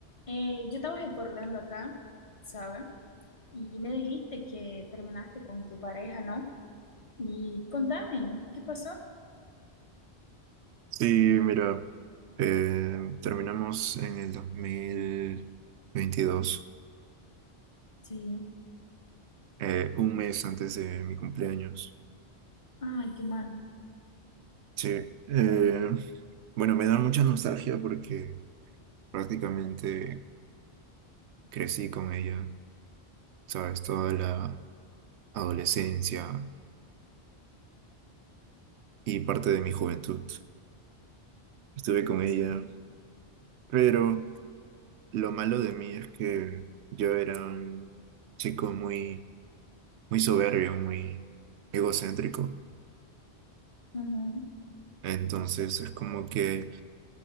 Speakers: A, on the left; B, on the right.
A: Eh, yo estaba recordando acá, ¿sabes? Y me dijiste que terminaste con tu pareja, ¿no? Y contame, ¿qué pasó?
B: Sí, mira, eh, terminamos en el 2022,
A: Sí.
B: eh, un mes antes de mi cumpleaños.
A: Ay, qué mal.
B: Sí, eh, bueno, me da mucha nostalgia porque prácticamente crecí con ella, ¿sabes? Toda la adolescencia y parte de mi juventud. Estuve con ella,
A: Sí.
B: pero lo malo de mí es que yo era un chico muy, muy soberbio, muy egocéntrico.
A: Ujú,
B: Entonces es como que